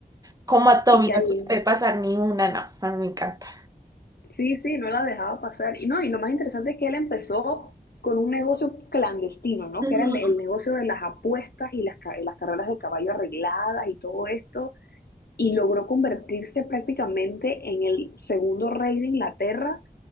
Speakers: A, on the right; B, on the left.
A: como a Tommy
B: Y que
A: no
B: él,
A: se le puede pasar ni una, no, a mí me encanta.
B: sí, sí, no la dejaba pasar. Y no, y lo más interesante es que él empezó con un negocio clandestino, ¿no?
A: Ujú.
B: Que era el, el negocio de las apuestas y las, ca- las carreras de caballo arregladas y todo esto. Y logró convertirse prácticamente en el segundo rey de Inglaterra